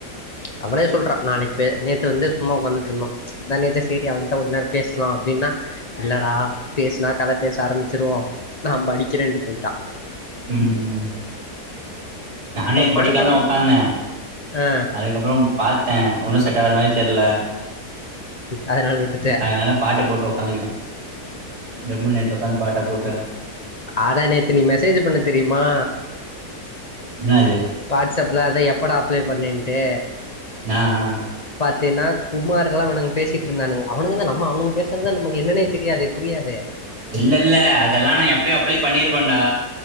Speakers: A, on the left (about 30°); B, on the right (about 75°).
A: அவளே சொல்றா நாளைக் பே நேத்து வந்து சும்மா உக்காந்துட்ருந்தோ முந்தா நேத்து சேரி அவள்ட்ட கொஞ் நேரோ பேசலா அப்டின்னா இல்லடா பேசுனா கதை பேச ஆரம்பிச்சிருவோ நா படி கிரெண்டு போயிட்டா
B: ம் ம் நா
A: அப்றோ
B: நேத்து படிக்கலான்
A: பண்ற
B: தா
A: வரைக்கு
B: உக்காந்தே
A: ஆ
B: அதுக்கப்பறம் பாத்தே ஒன்னு செட் ஆவற மாரி தெர்ல
A: அதனால விட்டுட்டே
B: அதனால பாட்டு போட்டு ஒக்காந்துக்கிட்டே ஜம்முன் நேத்து உக்காந்து பாட்ட போட்டு
A: அட நேத்து நீ மெசேஜ் பண்ண தெரியுமா
B: என்னாது
A: வாட்ஸ்அப்ல அத எப்படா அப்ளே பண்ணேன்ட்டு
B: நா ஆஹ்
A: த்தினா குமார் எல்லா இவுனுங் பேசிட்ருந்தானுங்க அவுனுங்க தா நம்ம அவுனுங் பேசுறதுதா நமக் என்னனே தெரியாதே புரியாதே
B: இல்லல்ல அதல்லா நா எப்யோ அப்ளை பண்ணிருப்பன்டா